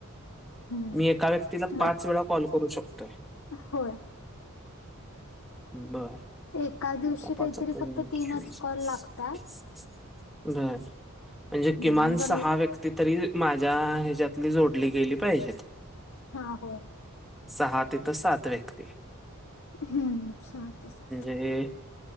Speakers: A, on the left; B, in the centre.
A: हम्म.
B: मी एका व्यक्तीला
A: मग
B: पाच वेळा कॉल करू शकतोय.
A: होय.
B: बरं
A: एका दिवशी
B: बरं
A: काहीतरी फक्त तीनच कॉल लागतात.
B: म्हणजे
A: हम्म
B: किमान
A: जर
B: सहा व्यक्ती व्यक्ती तरी माझ्या ह्याच्यातली जोडली गेली पाहिजेत.
A: हा होय.
B: सहा तिथं सात व्यक्ती
A: हम्म सहा ते सात
B: ते